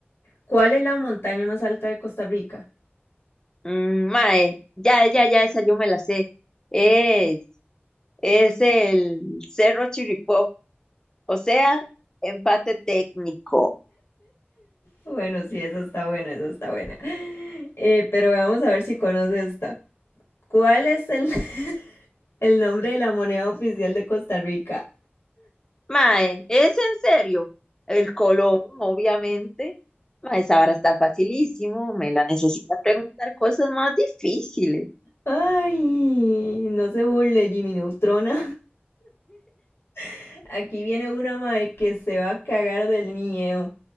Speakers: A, on the left; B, on the left.
A: ¿Cuál es la montaña más alta de Costa Rica?
B: Mm, mae, ya, ya, ya, esa yo me la sé. Es, es el Cerro Chirripó, o sea, empate técnico.
A: Bueno, sí, esa está buena, esa está buena. Eh, pero vamos a ver si conoce esta. ¿Cuál es el, <laughs> el nombre de la moneda oficial de Costa Rica?
B: Mae, ¿es en serio? El Colón, obviamente. Mae, esa vara está facilísimo, me la necesita preguntar cosas más difíciles.
A: Ay, no se burle, Jimmy Neutrona. <laughs> Aquí viene una madre que se va a cagar del miedo.